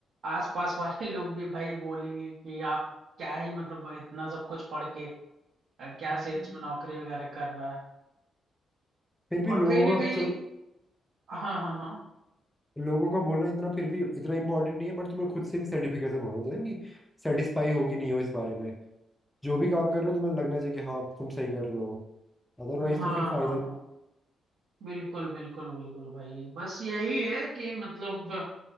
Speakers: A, on the right; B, in the centre.
A: आसपास वाले लोग भी भाई बोलेंगे कि आप क्या ही मतलब इतना सब कुछ पढ़ के अ, क्या
B: हाँ,
A: सेल्स में नौकरी वगैरह कर रहा है
B: फिर भी
A: और
B: लोगों
A: कहीं ना
B: का
A: कहीं
B: चलो
A: हाँ हाँ हाँ
B: लोगों का बोलना इतना फिर भी इतना इंपॉर्टेंट नहीं है बट तुम्हें खुद से भी सर्टिफिकेशन होना चाहिए कि सेटिस्फाई हो कि नहीं हो इस बारे में जो भी काम कर रहे हो तुम्हें लगना चाहिए कि हाँ तुम सही कर रहे हो अदरवाइज
A: हाँ
B: तो फिर फायदा
A: हाँ
B: नहीं।
A: हाँ बिल्कुल बिल्कुल बिल्कुल भाई बस यही है कि मतलब